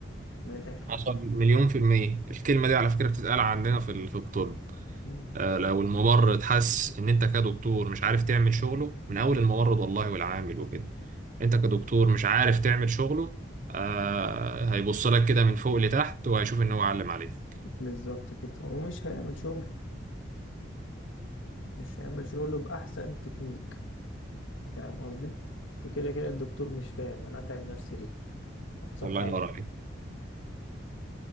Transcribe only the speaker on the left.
من الاخر
مم.
بالظبط كده ومش هيعمل شغله مش هيعمل شغله باحسن تكنيك فاهم قصدي اصل كده كده الدكتور مش فاهم انا اتعب نفسي ليه ابسط
حاجه